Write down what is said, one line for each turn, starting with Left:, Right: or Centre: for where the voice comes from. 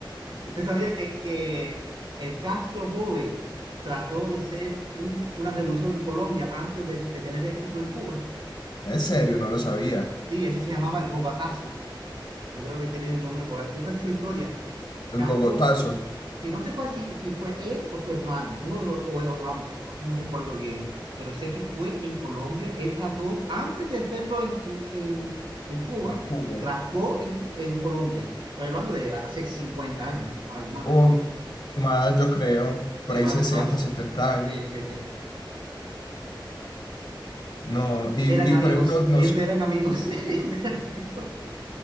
Right: ¿Usted sabía que, que el Castro joven trató de ser un- una revolución en Colombia antes de, de tener éxito en Cuba?
Left: En serio, no lo sabía.
Right: Sí, eso se llamaba el Bogotazo. Yo creo que tiene el nombre Bogotazo. Busca su historia.
Left: El
Right: Castro
Left: Bogotazo
Right: si no se fue si, si fue él o su hermano, uno de los, o, o ambos, no me recuerdo bien, pero sé que fue en Colombia, él trató, antes de hacerlo en, en, en, en Cuba,
Left: en Cuba.
Right: trató en, en Colombia. Estoy hablando de hace 50 años, o algo más.
Left: O más, yo creo,
Right: Sí,
Left: por
Right: más,
Left: ahí 60
Right: más.
Left: 70 años.
Right: Sí, sí, sí.
Left: No, y,
Right: Eran
Left: y
Right: amigos,
Left: por ejemplo, no,
Right: ellos
Left: sé,
Right: eran amigos, <laughs> ellos eran amigos.